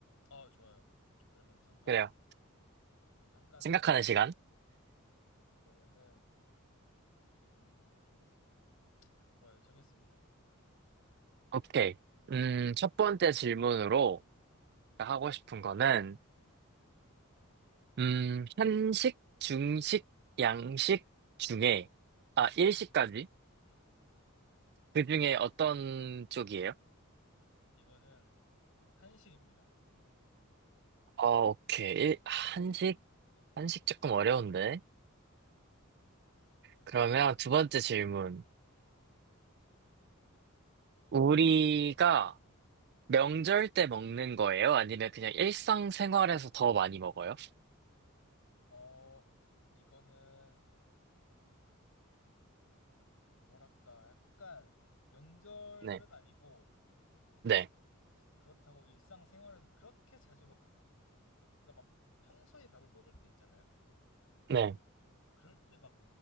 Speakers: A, on the left; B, on the right.
A: 아, 좋아요. 그러면 잠깐만
B: 그래요.
A: 잠깐
B: 생각하는
A: 생각.
B: 시간.
A: 그러면은 음, 좋아요. 정했습니다.
B: 오케이.
A: 네,
B: 음, 첫 번째 질문으로
A: 네,
B: 하고 싶은 거는, 음, 한식, 중식, 양식 중에, 아, 일식까지?
A: 네.
B: 그 중에 어떤 쪽이에요?
A: 이거는 한식입니다.
B: 어, 오케이. 일- 한식,
A: 네,
B: 한식 조금 어려운데.
A: 한식.
B: 그러면 두 번째 질문.
A: 네.
B: 우리가 명절 때 먹는 거예요? 아니면 그냥 일상생활에서 더 많이 먹어요?
A: 어, 이거는 뭐랄까 약간 명절은
B: 네.
A: 아니고
B: 네.
A: 그렇다고 일상생활에서 그렇게 자주 먹 그러니까 막 평소에 밥을 먹을 때 있잖아요.
B: 네.
A: 그럴 때 막